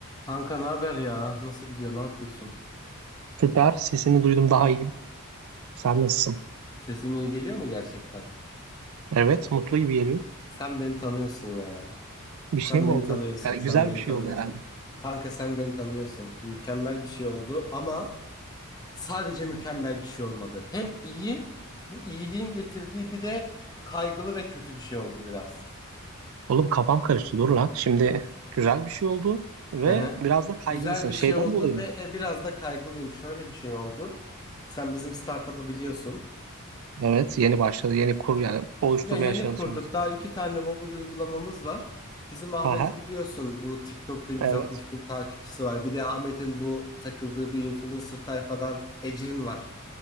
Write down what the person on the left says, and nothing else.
Kanka ne haber ya? Nasıl gidiyor? Ne yapıyorsun?
Sesim iyi geliyor mu gerçekten?
Sen beni tanıyorsun ya.
Sen
beni
tanıyorsun.
Sen
beni
tanıyorsun.
Kanka sen beni tanıyorsun. Mükemmel bir şey oldu ama sadece mükemmel bir şey olmadı. Hem iyi, bu iyiliğin getirdiği bir de kaygılı ve kötü bir şey oldu biraz.
Hı hı.
Güzel bir
şey oldu
ve
e, biraz da kaygılıyım. Şöyle bir şey oldu. Sen bizim startup'ı biliyorsun.
Ya yeni
kurduk. Daha iki tane mobil uygulamamız var. Bizim Ahmet'i
biliyorsun. Bu TikTok'ta 160
bin takipçisi var. Bir de Ahmet'in bu takıldığı bir influencer tayfadan Ecrin var.